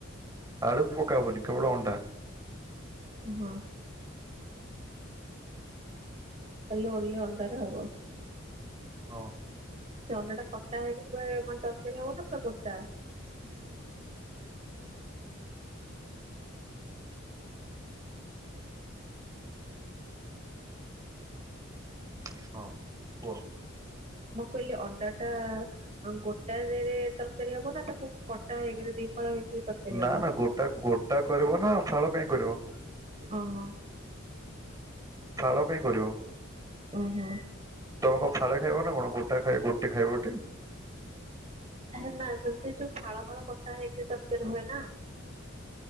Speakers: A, on the right; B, on the right.
A: ଆଳୁ ପକାବନି କେବଳ ଅଣ୍ଡା।
B: ହଁ। ଖାଲି ଓନ୍‌ଲି ଅଣ୍ଡା ରେ ହବ।
A: ହଁ।
B: ସେ ଅଣ୍ଡା ଟା କଟା ହେଇକି ଯେତେଳେ ମାନେ ତରକାରୀ ହବ ନା ପୁରା ଗୋଟା?
A: କାଲି ଆସିବୁ? ହଁ କୁହ?
B: ମୁଁ କହିଲି ଅଣ୍ଡା ଟା ଗୋଟାରେ ତରକାରୀ ହବ ନା ତାକୁ କଟା ହେଇକିରି ଦି ଫାଳ ହେଇକିରି ତରକାରୀ
A: ନା
B: ହବ
A: ନା ଗୋଟା ଗୋଟା କରିବ ନା ଫାଳ ପାଇଁ କରିବ?
B: ହଁ ହଁ।
A: ଫାଳ କାଇଁ କରିବ?
B: ଓହୋ।
A: ତମେ କଣ ଫାଳେ ଖାଇବ ନା କଣ ଗୋଟା ଖାଇ ଗୋଟେ ଖାଇବ ଟି।
B: ଏ ନା ସେମିତି ଯୋଉ ଫାଳ ଫାଳ କଟା ହେଇକି ତରକାରୀ ହୁଏ ନା।